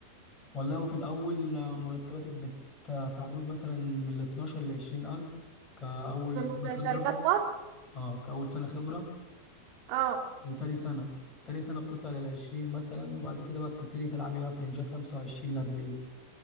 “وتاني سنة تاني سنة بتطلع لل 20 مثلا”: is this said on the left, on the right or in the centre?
Left